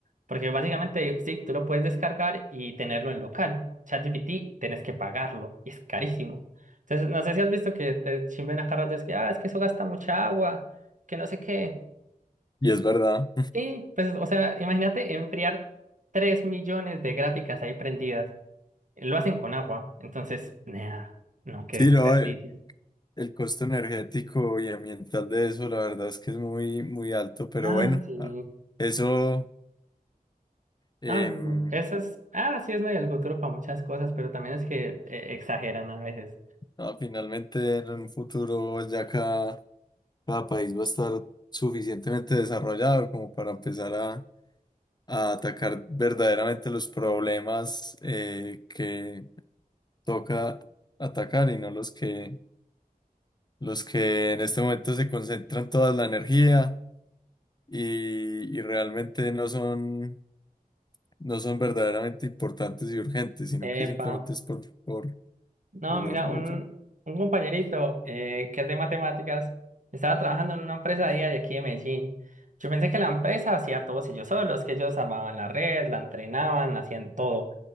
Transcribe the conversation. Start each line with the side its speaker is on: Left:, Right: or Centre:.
Right: Porque básicamente DeepSeek tú lo puedes descargar y tenerlo en local. ChatGPT tenés que pagarlo y es carísimo. Entonces, no sé si has visto que te chimben a cada rato, es que, ah, es que eso gasta mucha agua, que no sé qué.
Left: Y es verdad.
Right: Sí, pues, o sea, imagínate enfriar 3 millones de gráficas ahí prendidas. Lo hacen con agua, entonces, nea, no, qué
Left: Sí,
Right: desperdicio.
Left: no, eh, el costo energético y ambiental de eso, la verdad es que es muy, muy alto, pero
Right: Ah,
Left: bueno,
Right: sí.
Left: ah, eso em,
Right: No, no, no. Eso es, ah, sí es medio el futuro para muchas cosas, pero también es que eh, exageran a veces.
Left: no, finalmente en un futuro ya cada, cada país va a estar suficientemente desarrollado como para empezar a, a atacar verdaderamente los problemas eh, que toca atacar y no los que, los que en este momento se concentran toda la energía. y, y realmente no son, no son verdaderamente importantes y urgentes, sino
Right: Epa.
Left: que simplemente es por, por,
Right: No,
Left: por
Right: mira,
Left: orgullo.
Right: un, un compañerito eh, que es de matemáticas estaba trabajando en una empresa día de aquí de Medellín. Yo pensé que la empresa hacía todos ellos solos, que ellos armaban la red, la entrenaban, hacían todo.